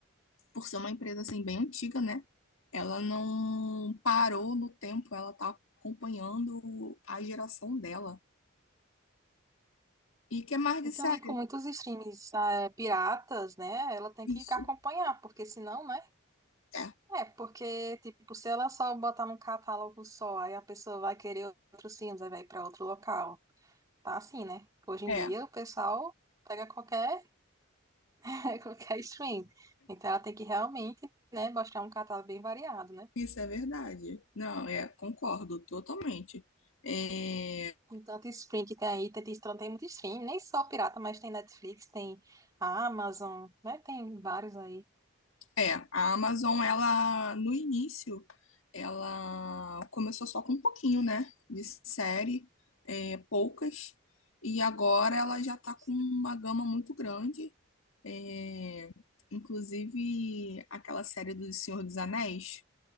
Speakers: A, on the left; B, on the right.
A: por ser uma empresa assim bem antiga, né? Ela não parou no tempo, ela tá acompanhando a geração dela. E que mais
B: E
A: de
B: também
A: série?
B: com muitos streams, ah, é, piratas, né? Ela tem
A: Isso.
B: que acompanhar, porque senão, né?
A: É,
B: É, porque, tipo, se ela só botar num catálogo só, aí a pessoa vai querer outros filmes, aí vai pra outro local. Tá assim, né? Hoje em
A: é.
B: dia o pessoal pega qualquer, <laughs> qualquer stream. Então ela tem que realmente, né, mostrar um catálogo bem variado, né?
A: Isso é verdade. Não, é, concordo totalmente. É,
B: Com tanto stream que tem aí, tem, tem, tem muito stream, nem só pirata, mas tem Netflix, tem a Amazon, né? Tem vários aí.
A: é, a Amazon, ela, no início, ela começou só com um pouquinho, né, de série, é, poucas, e agora ela já tá
B: Sim,
A: com uma gama muito grande, é, inclusive aquela série do Senhor dos Anéis,